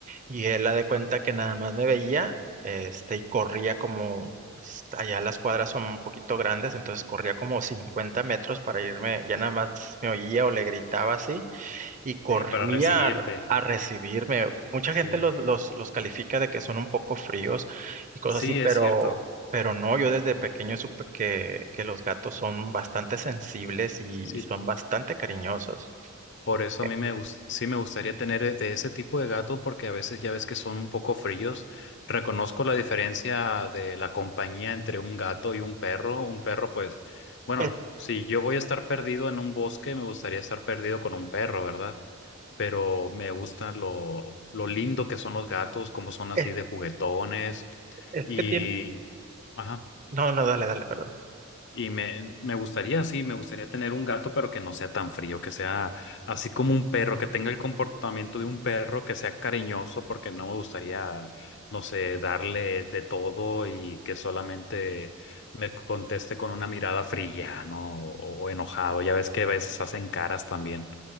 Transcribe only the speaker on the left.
Sí, para recibirte.
Sí,
sí,
es cierto.
Sí,
Por eso
a mí me gus- sí me gustaría tener e- de ese tipo de gato porque a veces ya ves que son un poco fríos. Reconozco la diferencia de la compañía entre un gato y un perro. Un perro, pues, bueno,
si yo voy a estar perdido en un bosque, me gustaría estar perdido con un perro, ¿verdad? Pero me gusta lo, lo lindo que son los gatos, como son así
de juguetones
y...
Ajá.
Y me, me gustaría, sí, me gustaría tener un gato, pero que no sea tan frío, que sea así como un perro, que tenga el comportamiento de un perro, que sea cariñoso, porque no me gustaría, no sé, darle de todo y que solamente me conteste con una mirada fría, ¿no? O, o enojado. Ya ves que a veces hacen caras también.